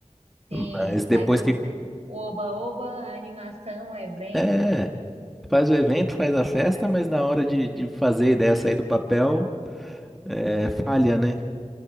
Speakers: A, in the centre; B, on the right.
A: Mas
B: Sim,
A: depois
B: faz o
A: que.
B: o oba-oba, a animação, o evento.
A: É, faz o evento, faz a festa, mas na hora de, de fazer a ideia sair do papel, é, falha, né?